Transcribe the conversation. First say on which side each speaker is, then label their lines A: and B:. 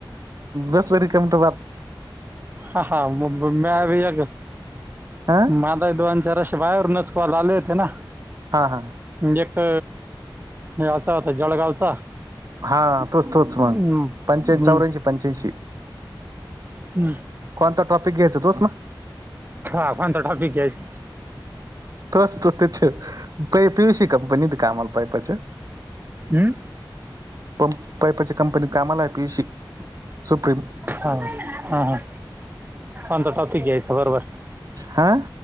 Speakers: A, on the right; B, on the right.
A: बसल र कमट.
B: हा हा म भ अ
A: अ
B: म. दोन चार असे बाहेरूनच कॉल आले होते ना.
A: हा हा.
B: म्हणजे एक याचा होता जळगावचा.
A: हा
B: हम
A: तोच तोच मग पंच्याऐंशी
B: हम्म.
A: चौऱ्याऐंशी पंच्याऐंशी
B: हम्म.
A: कोणता टॉपिक घ्यायचा तोस ना.
B: हा कोणत ठॉपिक आहेस.
A: त असतो त्याच्या प पियु श. कंपनीत कामाल पाहि पा.
B: हं.
A: पंप पाईपाची कंपनी कामाला आहे पीयशी सुप्रीम.
B: हा हा हा अंत टॉपिक आयच बरोबर.
A: हा.